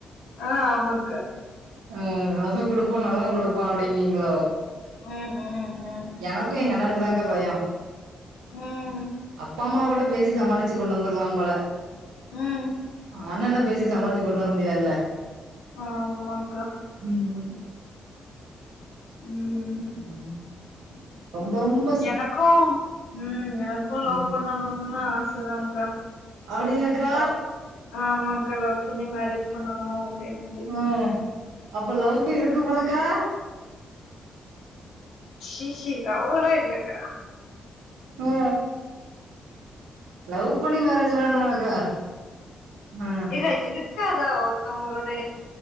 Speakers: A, on the left (about 85°); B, on the right (about 85°).
A: ஆ ஆமாங்க்கா
B: ஆ அதா குடுப்பா நல்லா குடுப்பா அப்டிங்கீங்களோ
A: ம் ம் ம்
B: எனக்கு எங்க அண்ணனுக்கு தாங்க்கா பயோ
A: ம்
B: அப்பா அம்மா கூட பேசி சமாளிச்சு கொண்டந்தர்லாம் போல
A: ம்
B: அ அண்ணன பேசி சமாளிச்சு கொண்டு வர முடியாதுல்ல
A: ஆமாங்க்கா
B: ம் ஒரு
A: ம்
B: ம் ரொம்ப ரொம்போ
A: எனக்கு ம் எனக்கு லவ்
B: ம்
A: பண்ணனுன்ல்லா ஆ சதாங்க்கா
B: அப்டியாக்கா
A: ஓ ஆமாங்க்கா லவ் பண்ணி மேரேஜ் பண்ணனு அப்டின்
B: ம் அப்ப லவ்வு இருக்கு போலக்கா
A: ஷீ ஷீ லவ்வெல்லா இல்லக்கா
B: அ லவ் பண்ணி மேரேஜ் பண்ணனுமாக்கா ம்
A: ஏக்கா இருக்காதா ஒருத்தவ்ங்ளுடைய